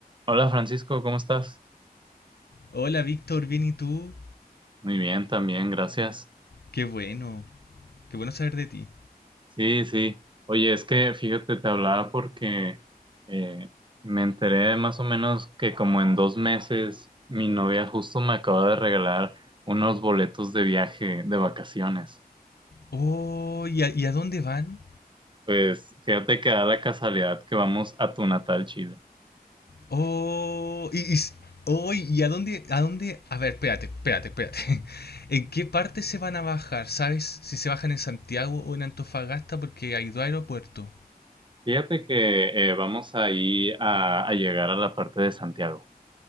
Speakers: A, on the right; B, on the left.
A: Hola Francisco, ¿cómo estás?
B: Hola Víctor, bien y tú.
A: Muy bien, también, gracias.
B: Qué bueno, qué bueno saber de ti.
A: Sí, sí. Oye, es que fíjate, te hablaba porque eh, me enteré más o menos que como en dos meses mi novia justo me acaba de regalar unos boletos de viaje de vacaciones.
B: Oh, ¿y a, y a dónde van?
A: Pues fíjate que da la casualidad que vamos a tu natal Chile.
B: Oh, y, y s- oh, ¿y a dónde, a dónde? A ver, espérate, espérate, espérate. <laughs> ¿En qué parte se van a bajar? ¿Sabes si se bajan en Santiago o en Antofagasta? Porque hay dos aeropuertos.
A: Fíjate que eh, vamos ahí a, a llegar a la parte de Santiago.